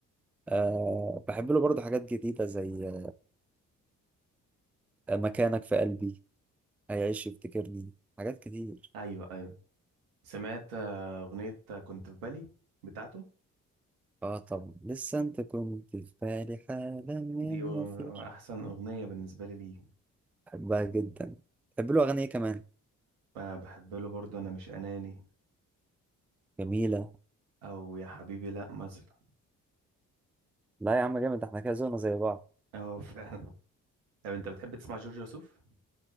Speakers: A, in the centre; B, on the right.
A: أه بحب له برضه حاجات جديدة زي آه، مكانك في قلبي هيعيش يفتكرني حاجات كتير
B: ايوه ايوه سمعت آه، اغنيه آه، كنت في بالي بتاعته
A: اه طبعا لسه انت كنت في بالي حالا من
B: دي أغ-
A: ما فيش
B: احسن اغنيه بالنسبه لي ليه
A: بحبها جدا بحب له أغاني إيه كمان
B: آه، بحب له برضه انا مش اناني
A: جميلة
B: او يا حبيبي لا مثلا
A: لا يا عم جامد احنا كده زونا زي بعض
B: اه فعلا طب انت بتحب تسمع جورج وسوف